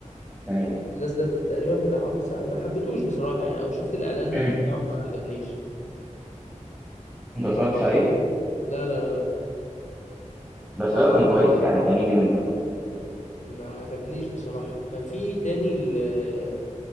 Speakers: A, in the centre; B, on the left.
A: يعني
B: الناس ده تب- تقريبا بتاع عمرو سعد ما حبيتهوش بصراحه يعني او شفت الاعلان
A: <clears throat>
B: بتاعه ما عجبنيش
A: انت متفرجتش عليه؟
B: لا لا لا لا
A: بس هو كان كويس يعني كان يجي منه
B: ما عجبنيش بصراحه كان في تاني ال-